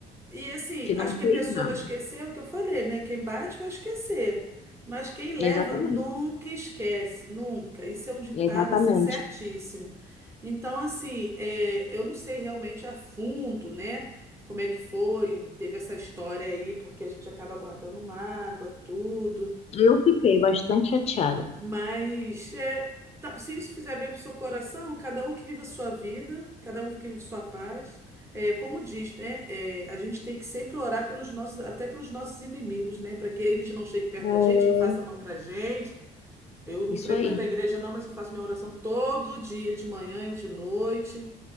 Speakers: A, on the right; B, on the left.
A: E assim,
B: Que não
A: acho que
B: fez
A: a pessoa
B: nada.
A: vai esquecer o que eu falei, né? Quem bate vai esquecer. Mas quem leva
B: Exatamente.
A: nunca esquece, nunca. Isso é um ditado
B: Exatamente.
A: assim certíssimo. Então, assim, é, eu não sei realmente a fundo, né? Como é que foi, teve essa história aí, porque a gente acaba guardando mágoa, tudo.
B: Eu fiquei bastante chateada.
A: Mas é, tá- se isso fizer bem para o seu coração, cada um que vive a sua vida, cada um que vive sua paz. É, como diz, né? é, a gente tem que sempre orar pelos nossos, até pelos nossos inimigos, né? Para que eles não cheguem perto
B: É,
A: da gente, não façam mal para gente. Eu
B: Isso
A: não frequento
B: aí.
A: a igreja, não, mas eu faço minha oração todo dia, de manhã e de noite.